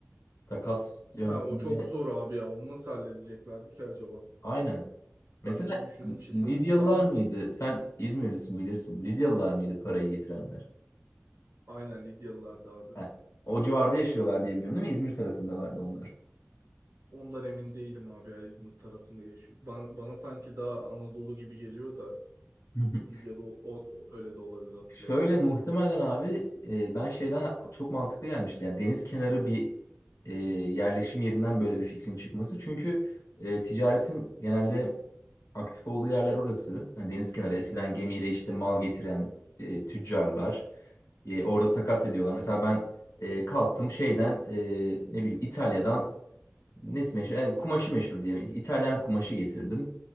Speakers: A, on the left (about 80°); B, on the right (about 80°).
A: takas yöntemiyle
B: Ha o çok zor abi ya. Onu nasıl halledeceklerdi ki acaba?
A: aynen. Mesela
B: Ben de bir düşündüm şimdi.
A: Lidyalılar
B: Var mı
A: mıydı?
B: bir fikrin?
A: Sen İzmirlisin bilirsin. Lidyalılar mıydı parayı getirenler?
B: Aynen Lidyalılardı abi.
A: Heh. O civarda yaşıyorlar diye biliyorum değil mi? İzmir tarafındalardı onlar.
B: Ondan emin değilim abi ya İzmir tarafında yaşıyor. Ban- Bana, sanki daha Anadolu gibi geliyor da
A: <laughs>
B: Lidya'da o, o- öyle de olabilir hatırlayamadım.
A: Şöyle muhtemelen abi e, ben şeyden çok mantıklı gelmişti. Yani deniz kenarı bir e, yerleşim yerinden böyle bir fikrin çıkması. Çünkü e, ticaretin genelde aktif olduğu yerler orası. Yani deniz kenarı eskiden gemiyle işte mal getiren e, tüccarlar e, orada
B: Aha.
A: takas ediyorlar. Mesela ben e, kalktım şeyden e, ne bileyim İtalya'dan nesi meşhur? Yani kumaşı meşhur diyelim. İ- İtalyan kumaşı getirdim.